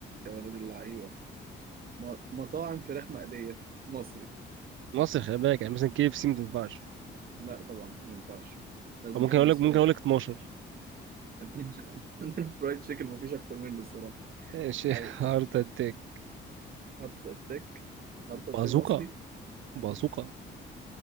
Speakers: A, on the right; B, on the right.
A: يا ولد اللعيبة م- مطاعم فراخ مقلية مصري
B: مصر خلي بالك يعني مثلا كي اف سي ما تنفعش
A: لا طبعا ما ينفعش لازم
B: أو ممكن
A: حاجة
B: اقول
A: مصرية
B: لك ممكن اقول لك 12
A: <laughs> عندنا فرايد تشيكن مفيش أكتر منه الصراحة
B: ماشي
A: عايش
B: <laughs> هارت اتاك
A: هارت أتاك هارت أتاك
B: بازوكا
A: مصري
B: بازوكا